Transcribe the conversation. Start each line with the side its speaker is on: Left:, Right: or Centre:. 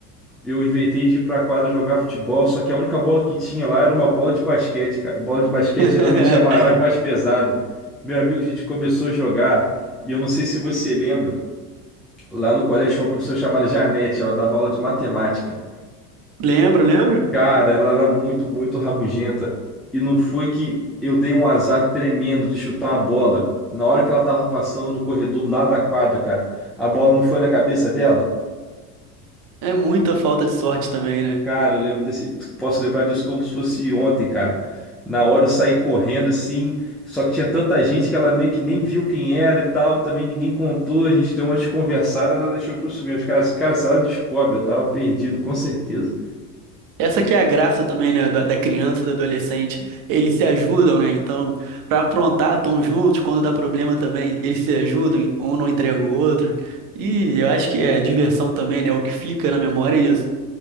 Centre: Eu inventei de ir pra quadra jogar futebol, só que a única bola que tinha lá era uma bola de basquete, cara. Bola de basquete
Right: <laughs>
Centre: geralmente é maior e mais pesada. Meu amigo, a gente começou a jogar, e eu não sei se você lembra, lá no colégio tinha uma professora chamada Janete, ela dava aula de matemática.
Right: Lembro, lembro.
Centre: Cara, ela era muito, muito rabugenta. E não foi que eu dei um azar tremendo de chutar uma bola. Na hora que ela tava passando no corredor do lado da quadra, cara, a bola não foi na cabeça dela?
Right: É muita falta de sorte também, né?
Centre: Cara, eu lembro desse. Posso lembrar disso como se fosse ontem, cara. Na hora eu saí correndo assim, só que tinha tanta gente que ela meio que nem viu quem era e tal, também ninguém contou, a gente deu uma desconversada, ela deixou pra eu subir. Os caras, cara, se ela descobre, eu tava perdido, com certeza.
Right: Essa que é a graça também, né, da, da criança, do adolescente. Eles se ajudam, né? Então, pra aprontar, estão juntos. Quando dá problema também, eles se ajudam. Um não entrega o outro. E eu acho que é a diversão também, né? é O que fica na memória é isso.